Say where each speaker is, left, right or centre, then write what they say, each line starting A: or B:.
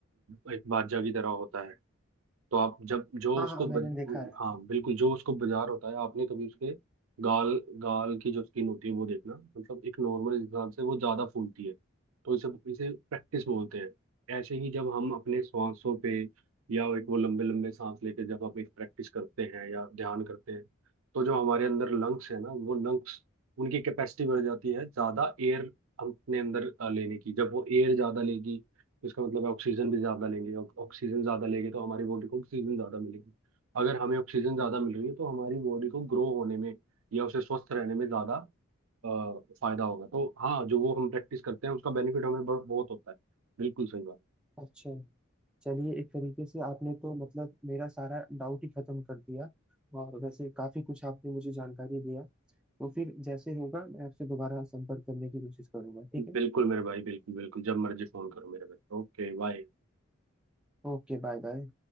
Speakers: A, on the right (about 85°); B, in the centre.
A: आ, एक बाजा की तरह होता है तो आप जब जो
B: हाँ
A: उसको
B: हाँ मैंने
A: बज,
B: देखा है
A: हाँ बिल्कुल जो उसको बाजार होता है आपने कभी उसके गाल गाल की जो स्किन होती है वो देखना मतलब एक नॉर्मल इंसान से वो ज्यादा फूलती है तो इसे इसे प्रैक्टिस बोलते हैं ऐसे ही जब हम अपने सांसों पे या एक वो लंबे लंबे सांस लेके जब हम एक प्रैक्टिस करते हैं या ध्यान करते हैं तो जो हमारे अंदर लंग्स है ना वो लंग्स उनकी कैपेसिटी बढ़ जाती है ज्यादा एयर हम अपने अंदर अ, लेने की जब वो एयर ज्यादा लेगी तो इसका मतलब है ऑक्सीजन भी ज़्यादा लेंगे ऑक- ऑक्सीजन ज़्यादा लेंगे तो हमारी बॉडी को ऑक्सीजन ज़्यादा मिलेगी अगर हमें ऑक्सीजन ज़्यादा मिल रही है तो हमारी बॉडी को ग्रो होने में या उसे स्वस्थ रहने में ज़्यादा अ, फायदा होगा तो हाँ जो वो हम प्रैक्टिस करते हैं उसका बेनिफिट हमें ब- बहुत होता है बिल्कुल सही बात
B: अच्छा चलिए एक तरीके से आपने तो मतलब मेरा सारा डाउट ही खत्म कर दिया और वैसे काफी कुछ आपने मुझे जानकारी दिया तो फिर जैसे होगा मैं आपसे दोबारा संपर्क करने की कोशिश करूंगा ठीक है
A: बिल्कुल मेरे भाई बिल्कुल बिल्कुल जब मर्जी फ़ोन करो मेरे भाई Okay bye
B: Okay bye bye